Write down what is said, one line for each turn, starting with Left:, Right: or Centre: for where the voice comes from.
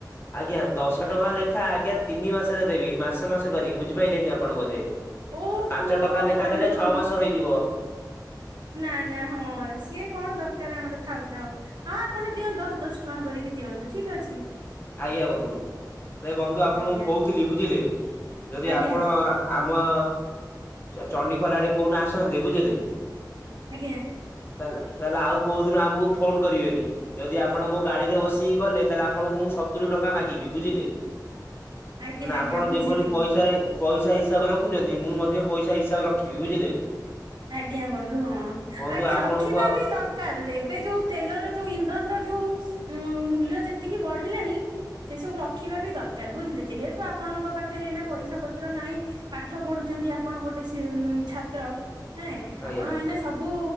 Left: ଆଜ୍ଞା ଦଶ ଟଙ୍କା ଲେଖା ଆଜ୍ଞା ତିନି ମାସରେ ଦେବି ମାସେ ମାସେ କରି ବୁଝିପାରିଲେନି ଆପଣ ବୋଧେ?
Right: ଓହୋ
Left: ପାଞ୍ଚ ଟଙ୍କା ଲେଖା
Right: ବନ୍ଧୁ।
Left: ଦେଲେ ଛଅ ମାସ ହେଇଯିବ
Right: ନା ନା ହଁ ସିଏ କଣ ଦରକାର ଆମର ଥାଉ ଥାଉ ହଁ ଆପଣ ଦିଅନ୍ତୁ ଦଶ ଦଶ ଟଙ୍କା କରିକି ଦିଅନ୍ତୁ ଠିକ ଅଛି।
Left: ଆଜ୍ଞା ବନ୍ଧୁ ନାଇଁ ବନ୍ଧୁ ଆପଣଙ୍କୁ
Right: ଆଜ୍ଞା
Left: କହୁଥିଲି ବୁଝିଲେ ଯଦି
Right: ଆଜ୍ଞା
Left: ଆପଣ ଆମ ଚଣ୍ଡିଖୋଲା ଆଡେ କୋଉଦିନ ଆସନନ୍ତେ ବୁଝିଲେ
Right: ଆଜ୍ଞା।
Left: ତାେଲେ ତାହେଲେ ଆଉ କୋଉଦିନ ଆମକୁ ଫୋନ କରିବେନି ଯଦି ଆପଣ ମୋ ଗାଡି ରେ ବସିକି ଗଲେ ତାହେଲେ ଆପଣଙ୍କୁ ମୁଁ ସତୁରି ଟଙ୍କା ମାଗିବି ବୁଝିଲେ?
Right: ଆଜ୍ଞା
Left: ନା
Right: ଆଜ୍ଞା
Left: ଆପଣ
Right: ବୁଝିଲି
Left: ଯେପରି ପଇସାରେ ପଇସା ହିସାବରେ ରଖୁଚନ୍ତି ମୁଁ ମଧ୍ୟ ପଇସା ହିସାବରେ ରଖିବି ବୁଝିଲେ?
Right: ଆଜ୍ଞା ବନ୍ଧୁ ହଁ
Left: ବନ୍ଧୁ
Right: ଆଜ୍ଞା
Left: ଆପଣଙ୍କୁ
Right: ରଖିବା
Left: ଆଉ
Right: ବି ଦର କାର ଏବେ ଯୋଉ ତେଲର ଯୋଉ ଇନ୍ଧନ ର ଯୋଉ ମୂଲ୍ୟ ଯେତିକି ବଢିଲାଣି ସେ ସବୁ ରଖିବା ବି ଦରକାର ବୁଝିଲେ ଯେହେତୁ ଆପଣଙ୍କ ପାଖରେ ଏନା ପଇସା ପତ୍ର ନାଇଁ ପାଠ ପଢୁଚନ୍ତି ଆପଣ ଗୋଟେ ସି ଛାତ୍ର ହେଁ
Left: ଆଜ୍ଞା।
Right: ଆପଣ ଏଇନା ସବୁ